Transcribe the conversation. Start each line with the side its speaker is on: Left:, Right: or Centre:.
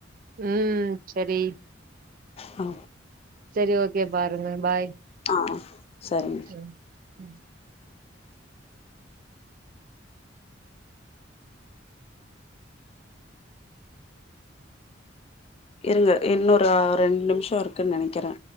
Right: ம் செரிங்க
Left: ஆ
Right: செரி ஓகே பாருங்க பாய்
Left: ஆ சரிங்க
Right: உம் உம்
Left: இருங்க இன்னொர ரெண்டு நிம்ஷோ இருக்குன்னு நெனைக்கிறே